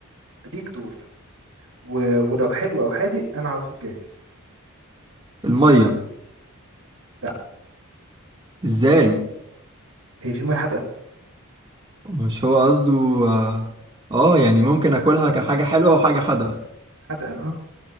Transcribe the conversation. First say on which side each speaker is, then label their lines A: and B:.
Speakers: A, on the right; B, on the right.
A: ليك دور و... ولو حلو او حادق انا على طول جاهز
B: المية
A: لا
B: إزاي
A: هي في ميه حادقه
B: مش هو قصده آه, آه يعني ممكن أكلها كحاجة حلوة وحاجة حادقة
A: حادقه اه